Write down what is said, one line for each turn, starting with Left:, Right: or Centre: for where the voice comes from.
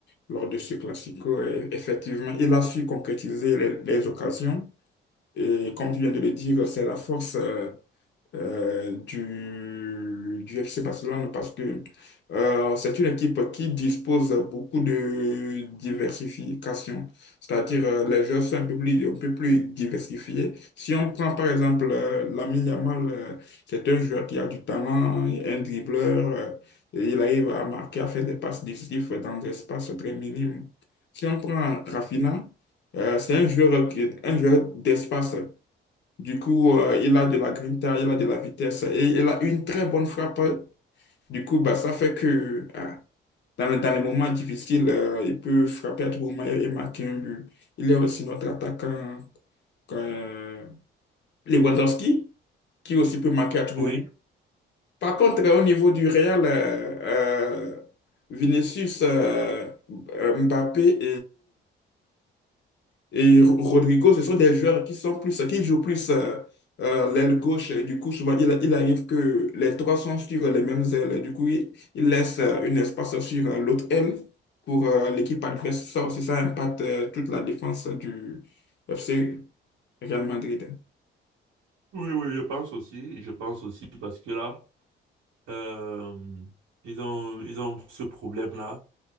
Left: lors de ce Classico. Et effectivement, il a su concrétiser les, les occasions. Et comme tu viens de le dire, c'est la force. euh, euh, du, du FC Barcelone parce que euh, c'est une équipe qui dispose beaucoup de diversification. C'est-à-dire, euh, les joueurs sont un peu plus, un peu plus diversifiés. Si on prend par exemple euh, Lamine Yamal, euh, c'est un joueur qui a du talent, un dribbleur, euh, et il arrive à marquer, à faire des passes décisives dans des espaces très minimes. Si on prend Rafinha, euh, c'est un joueur, qui- un joueur d'espace. Du coup, euh, il a de la grinta, il a de la vitesse et il a une très bonne frappe. Du coup, bah, ça fait que ah, dans, le- dans les moments difficiles, euh, il peut frapper à tout moment et, et marquer un but. Il y a aussi notre attaquant euh, Lewandowski qui aussi peut marquer à tout
Right: Oui,
Left: moment. Par contre, au niveau du Real, euh, euh, Vinicius, euh, euh, Mbappé Et Rodrigo, ce sont des joueurs qui sont plus, qui jouent plus euh, euh, l'aile gauche. Et du coup, souvent, il, il arrive que les trois sont sur les mêmes ailes. Et Du coup, il, il laisse euh, un espace sur euh, l'autre aile pour euh, l'équipe adverse. Ça aussi, ça impacte euh, toute la défense du FC Real Madrid.
Right: oui, oui, je pense aussi. Je pense aussi parce que là, euh, ils ont, ils ont ce problème-là